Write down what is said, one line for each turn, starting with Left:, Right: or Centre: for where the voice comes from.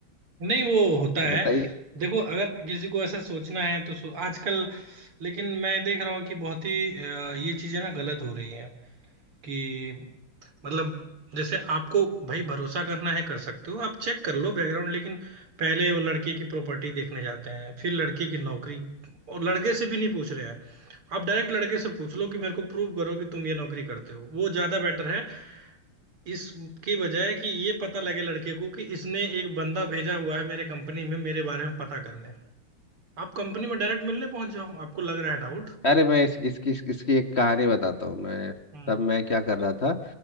Right: नहीं वो होता
Left: तो
Right: है
Left: बताइए
Right: देखो अगर किसी को ऐसा सोचना है तो सो, आजकल लेकिन मैं देख रहा हूँ कि बहुत ही अ, ये चीजें ना गलत हो रही हैं कि मतलब जैसे आपको भाई भरोसा करना है कर सकते हो आप चेक कर लो बैकग्राउंड लेकिन पहले वो लड़के की प्रॉपर्टी देखने जाते हैं फिर लड़के की नौकरी और लड़के से भी नहीं पूछ रहे हैं आप डायरेक्ट लड़के से पूछ लो कि मेरे को प्रूव करो कि तुम ये नौकरी करते हो वो ज्यादा बेटर है इसके बजाय कि ये पता लगे लड़के को कि इसने एक बंदा भेजा हुआ है मेरे कंपनी में मेरे बारे में पता करने आप कंपनी में डायरेक्ट मिलने पहुंच जाओ आपको लग रहा है डाउट
Left: अरे मैं इस, इसकी इसकी एक कहानी बताता हूँ मैं
Right: हम्म
Left: तब मैं क्या कर रहा था